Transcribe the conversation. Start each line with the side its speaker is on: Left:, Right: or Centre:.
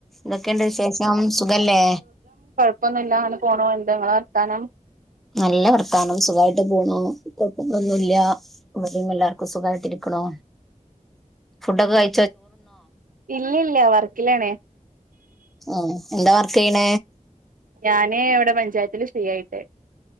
Centre: ഇതൊക്കെയേണ്ട വിശേഷം സുഖല്ലേ
Right: ഇപ്പൊന്നുംല്ല അങ്ങനെ പോണോ എന്ത നിങ്ങ വരുത്താനം
Centre: നല്ല വർത്താനം സുഖമായിട്ട് പോണു കുഴപ്പങ്ങളൊന്നുംല്ല ഇവിടെ എല്ലാവർക്കും സുഖമായിട്ടരിക്കണോ ഫുഡൊക്കെ കഴ
Right: ഇല്ലില്ല വർക്കിലാണേ
Centre: ഉ എന്താ വർക്ക് ചെയ്യണ
Right: ഞാന് ഇവിടെ പഞ്ചായത്തില്ൽ സ്ത്രീ ആയിട്ടേ